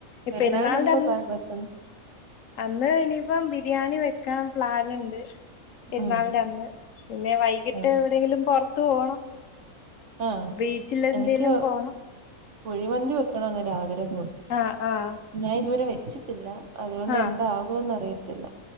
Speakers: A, on the left; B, on the right.
A: ഈ
B: പെരുന്നാളിന്
A: പെരുന്നാളിന്റെ
B: എന്താ
A: അന്ന്
B: <unintelligible>
A: അന്ന് ഇനിയിപ്പം ബിരിയാണി വെക്കാൻ പ്ലാൻ ഉണ്ട് പെരുന്നാളിന്റെ
B: ഉം
A: അന്ന് പിന്നെ വൈകിട്ട്
B: ആഹ്
A: എവിടെയങ്കിലും പുറത്ത് പോണം
B: ആഹ്
A: ബീച്ചില് എന്തേലും
B: എനിക്ക്
A: പോണം
B: കുഴിമന്തി വെക്കണമന്ന് ഒരു ആഗ്രഹം ഉണ്ട്
A: ആഹ് ആഹ്
B: ഞാൻ ഇതുവരെ വെച്ചിട്ടില്ല അതുകൊണ്ട്
A: ആഹ്
B: എന്താകോന്ന് അറിയത്തില്ല